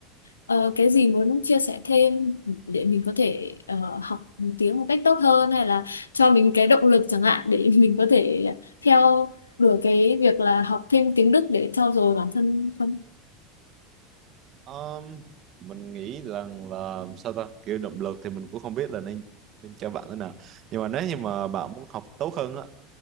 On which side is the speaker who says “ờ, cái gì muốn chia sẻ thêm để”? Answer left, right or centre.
Left